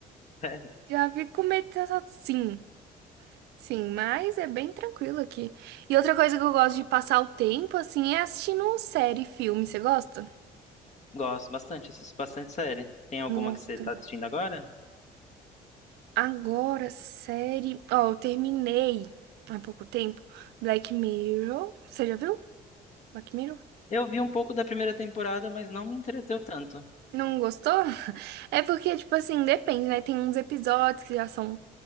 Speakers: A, on the left; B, on the right.
A: É,
B: Já fico com medo de assalto, sim. Sim, mas é bem tranquilo aqui. E outra coisa que eu gosto de passar o tempo, assim, é assistindo série e filme. Você gosta?
A: gosto bastante, assisto bastante série. Tem alguma
B: Nossa,
A: que você
B: tá.
A: tá assistindo agora?
B: Agora, série. Ó, eu terminei há pouco tempo Black Mirror. Você já viu? Black Mirror?
A: Eu vi um pouco da primeira temporada, mas não me entreteu tanto.
B: Não gostou? <laughs> É porque, tipo assim, depende, né? Tem uns episódios que já são